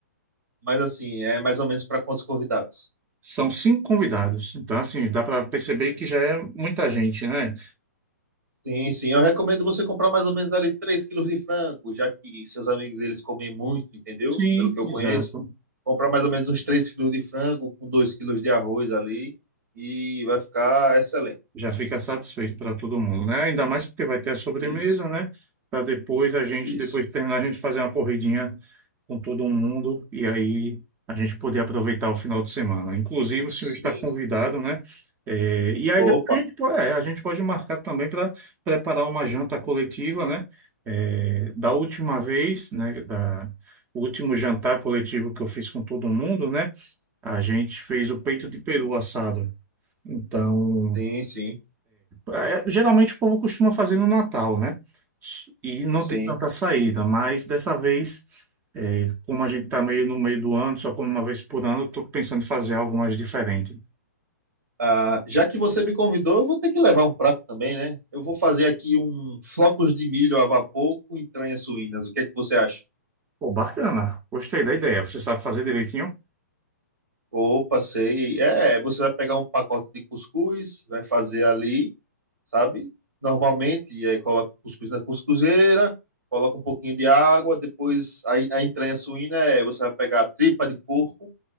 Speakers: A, on the right; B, on the right.
A: mas assim, é mais ou menos para quantos convidados?
B: são cinco convidados. Então, assim, dá para perceber que já é muita gente, né?
A: Sim, sim. Eu recomendo você comprar mais ou menos ali 3 quilos de frango, já que seus amigos eles comem muito, entendeu?
B: Sim,
A: Pelo que eu
B: exato.
A: conheço. Comprar mais ou menos uns 3 quilos de frango com 2 quilos de arroz ali e vai ficar excelente.
B: Já fica satisfeito para todo mundo, né? Ainda mais porque vai ter a sobremesa,
A: Isso,
B: né? Para depois a gente,
A: isso.
B: depois de terminar, a gente fazer uma corridinha com todo mundo e aí a gente poder aproveitar o final de semana. Inclusive,
A: Sim,
B: o senhor está convidado,
A: sim.
B: né? É, e aí depois
A: Opa,
B: a gente, po- é, a gente pode marcar também para preparar uma janta coletiva, né? É, da última vez, né? Da, o último jantar coletivo que eu fiz com todo mundo, né? A gente fez o peito de peru assado. Então.
A: sim, sim,
B: É, geralmente o povo costuma fazer no Natal, né? E não
A: sim.
B: tem tanta saída, mas dessa vez, é, como a gente tá meio no meio do ano, só come uma vez por ano, eu tô pensando em fazer algo mais diferente.
A: Ah, já que você me convidou, eu vou ter que levar um prato também, né? Eu vou fazer aqui um flocos de milho a vapor com entranhas suínas. O que é que você acha?
B: Pô, bacana. Gostei da ideia. Você sabe fazer direitinho?
A: Ou passei. É, você vai pegar um pacote de cuscuz, vai fazer ali, sabe? Normalmente, é, coloca o cuscuz na cuscuzeira, coloca um pouquinho de água, depois a, a entranha suína é, você vai pegar a tripa de porco